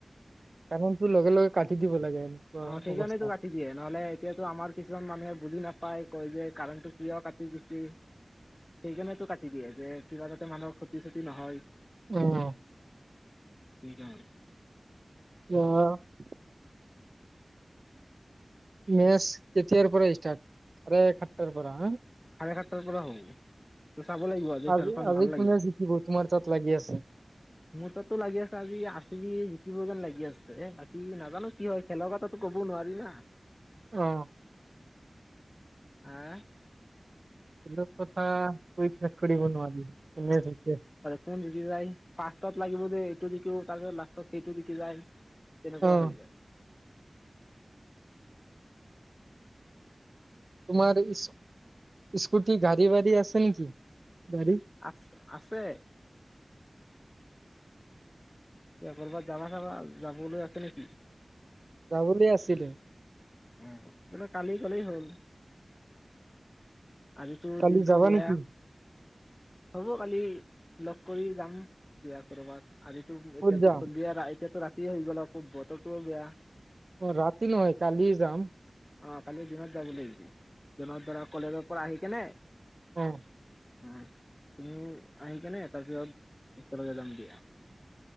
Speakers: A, on the right; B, on the left.
A: তাহোন তো লগে লগে। কাটি দিব লাগে এনেকুৱা
B: অ' সেইকাৰণে
A: অৱস্থা
B: তো কাটি দিয়ে নহ'লে এইতো আমাৰ কিছুমান মানুহে বুজি নাপায়। পাই কয় যে কাৰেন্টো কিয় কাতি দিছি সেইকাৰণে টো কাটি দিয়ে যে কিবা জাতে মানুহৰ ক্ষতি ছতি নহয়।
A: অ'।
B: উম।
A: <unintelligible> মেচ কেতিয়াৰ পৰা ষ্টাৰ্ট কাৰেক সাত তাৰ পৰা, হা?
B: সাৰে সাত তাৰ পৰা হ'ব। চাব লাগিব আজিৰ
A: আজি
B: খেলখন‌
A: আজি
B: ভাল লাগিব
A: কোনে জিকিব তোমাৰ তাত লাগি আছে
B: মোৰ তাত টো লাগি আছে আজি আৰ চি বি জিকি হ'ব যেন লাগি আছে বাকী নাজানো কি হয় খেলৰ কথাটোটো ক'ব নোৱাৰি না
A: অ'
B: <unintelligible>
A: <unintelligible> কৈ শেষ কৰিব নোৱাৰি, কোনে জিকে
B: মোক নিদিলাই। ফাৰ্ষ্টত লাগিব যে, এইটো যিটো। তাৰ পিছত লাষ্টত সেইটো জিকি যায়। কেনেকুৱা
A: অ
B: হৈছে?
A: তোমাৰ ইচ-স্কুটি, গাড়ী, ৱাড়ী আছে নেকি? গাড়ী
B: আছ-আছে এ, ক'ৰবাত যাবা, চাবা, যাবলৈ আছে নেকি?
A: যাবলৈ আছিলে
B: অ', তেন্তে কালি কলেই হ'ল। আজি টো
A: কালি
B: দিনটো
A: যাবা
B: বেয়া
A: নেকি
B: হ'ব কালি লক কৰি জাম ইয়াতৰ ক'ৰবাত আজি টো এতিয়া
A: ক'ত
B: টো
A: যাম
B: আইছে <unintelligible> বতৰটোও বেয়া
A: ৰাতি নহয় কালিয়ে যাম।
B: অ', কালি দিনত যাব লাগিব। দিনত ধৰা কলেজৰ পৰা আহি কেনে।
A: উম।
B: উম, তুমি আহিকেনে তাৰ পাছত একেলগে যাম দিয়া।